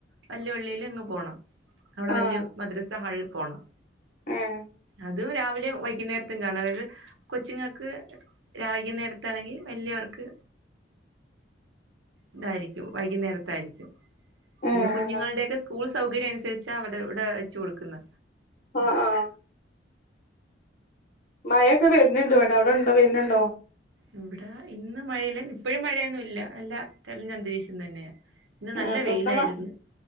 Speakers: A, on the right; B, on the left.
A: വല്യ പള്ളീല് അങ്ങ് പോണം അവടെ
B: ആഹ്
A: വല്ല്യ മദ്രസ്സാ ഹാളില് പോണം
B: ഏഹ്
A: അത് രാവിലേം വൈകുന്നേരത്തും കാണും അതായത് കൊച്ച്ങ്ങക്ക് രാ വൈകുന്നേരത്താണെങ്കി വെല്ല്യവർക്ക് ഇതായിരിക്കും വൈകുന്നേരത്തായിരിക്കും പിന്നെ
B: ഏഹ്
A: കുഞ്ഞുങ്ങളുടെയൊക്കെ സ്കൂൾ സ് സൗകര്യം അനുസരിച്ചാ അവര് ഇവിടെ വെച്ച് കൊടുക്കുന്നെ
B: ആഹ് ആഹ് മഴെയെക്കെ വെര്ന്ന്ണ്ടിവടെ അവടെ ഇണ്ടോ വെര്ണ് ണ്ടോ?
A: ഇവടെ ഇന്ന് മഴയില്ലാ ഇപ്പഴും മഴയൊന്നുല്ലാ നല്ല തെളിഞ്ഞ അന്തരീക്ഷം തന്നെയാ ഇന്ന് നല്ല
B: ഏഹ് ഇപ്പൊ
A: വെയിലായിര്ന്ന്
B: ഇവിടെ മ